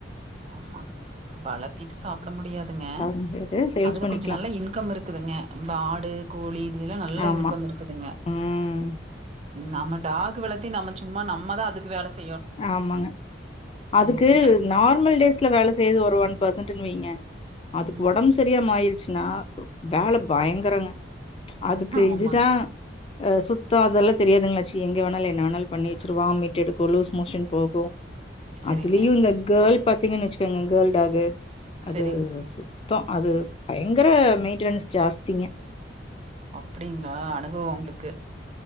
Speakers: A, on the right; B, on the left.
A: ஆமா வளர்த்திட்டு சாப்பிட முடியாதுங்க
B: சாப்ட முடியாது சேல்ஸ்
A: அதுல
B: பண்ணிக்கலா
A: கொஞ்சம் நல்லா இன்கம் இருக்குதுங்க ஆடு கோழி இது இதுலாம் நல்ல
B: ஆமா
A: இன்கம் இருக்குதுங்க
B: ம்
A: நம்ம டாக் வளத்தி நம்ம சும்மா நம்மதான் அதுக்கு வேலை செய்ய
B: ஆமாங்க அதுக்கு
A: என்னங்க
B: நார்மல் டேஸ் ல வேலை செய்றது ஒரு ஒன் பெர்சன்டுனுவைங்க அதுக்கு
A: ம்
B: உடம்பு
A: சே
B: சரியா மாயிரு ச்சுன்னா வேலை பயங்கரங்க அதுக்கு
A: ஆமாங்க
B: இதுதான் சுத்தம் அதெல்லாம் தெரியாதுங்களாச்சி எங்க வேனாலும் என்ன வேனாலும் பண்ணிவச்சிருவ வாமிட் எடுக்கும் லூஸ் மோஷன் போகும்
A: செரிங்க
B: அதுலயும் இந்த கேள் பத் பாத்தீங்கன்னு வச்சுக்கோங்க கேல்டா அது அது
A: செரிங்
B: ஒசு மொத்தம் அது பயங்கர மெயின்டெனன்ஸ் ஜாஸ்திங்க
A: அப்படிங்களா அனுபவம் உங்களுக்கு